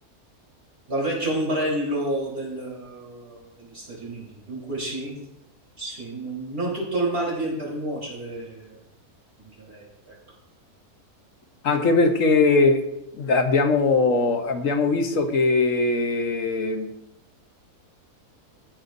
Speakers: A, on the right (about 45°); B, on the left (about 60°).
A: dal vecchio ombrello del- degli Stati Uniti. Dunque sì, sì, n- non tutto il male viene per nuocere, direi, ecco.
B: Anche perché abbiamo, abbiamo visto che,